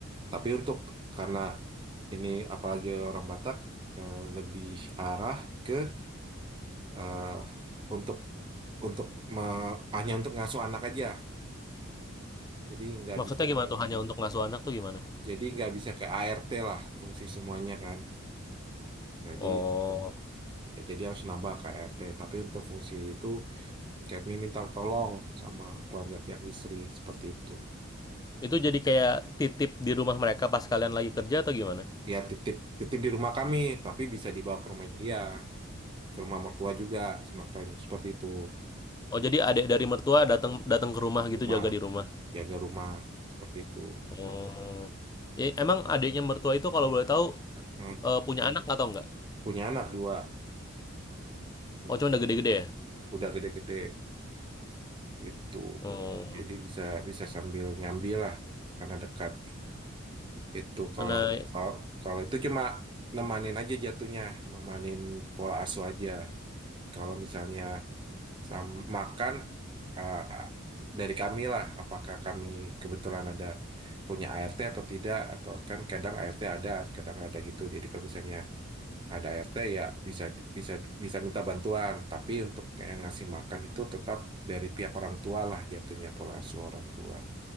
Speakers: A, on the right (about 25°); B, on the left (about 20°).
A: Tapi untuk karena ini apalagi orang Batak eh, lebih arah ke eh, untuk untuk me- hanya untuk ngasuh anak aja. Jadi nggak
B: Maksudnya
A: bisa
B: gimana
A: ke
B: tuh hanya untuk ngasuh anak tuh gimana?
A: jadi nggak bisa ke ART lah fungsi semuanya kan jadi
B: Oh.
A: ya jadi harus nambah ke ART tapi untuk fungsi itu kami minta tolong sama keluarga pihak istri seperti itu
B: Itu jadi kayak titip di rumah mereka pas kalian lagi kerja atau gimana?
A: ya titip titip di rumah kami tapi bisa dibawa ke rumah dia ke rumah mertua juga semacam seperti itu
B: Oh, jadi adik dari mertua datang datang ke rumah gitu
A: rumah
B: jaga di rumah.
A: jaga rumah seperti itu
B: Oh. Eh, emang adiknya mertua itu kalau boleh tahu
A: Hmm,
B: eh, punya anak atau enggak?
A: punya anak dua gitu.
B: Oh, cuma udah gede-gede ya?
A: udah gede-gede itu
B: Oh.
A: jadi bisa bisa sambil nyambi lah karena dekat Itu kalau
B: Nah,
A: kalau kalau itu cuma nemanin aja jatuhnya, nemanin pola asuh aja. Kalau misalnya sama makan eh, dari kami lah, apakah kami kebetulan ada punya ART atau tidak, atau kan kadang ART ada, kadang nggak ada gitu. Jadi kalau misalnya ada ART ya bisa bisa bisa minta bantuan, tapi untuk yang ngasih makan itu tetap dari pihak orang tua lah jatuhnya pola asuh orang tua.